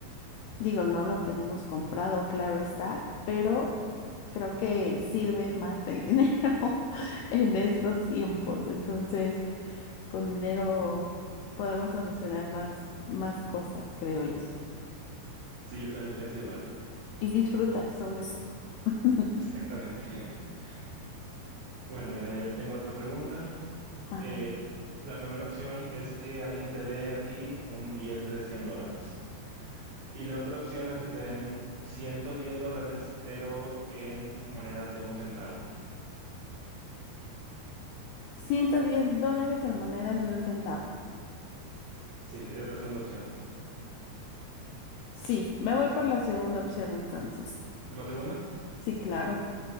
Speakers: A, on the left; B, on the right.
A: digo, no lo tenemos comprado, claro está, pero creo que sirve más el <laughs> dinero en estos tiempos. Entonces, con dinero podemos solucionar más, más cosas, creo yo.
B: Sí, yo también pienso igual.
A: Y disfrutar sobre todo. <laughs>
B: Exactamente. <laughs> Bueno, mira, yo tengo otra pregunta.
A: A
B: Eh,
A: ver.
B: la primera opción es que alguien te dé a ti un billete de 100 dólares. Y la otra opción es que te den 110 dólares, pero en monedas de un centavo.
A: 110 dólares en monedas de un centavo.
B: Sí, es la segunda opción.
A: Sí, me voy por la segunda opción entonces.
B: ¿Por la segunda?
A: Sí, claro.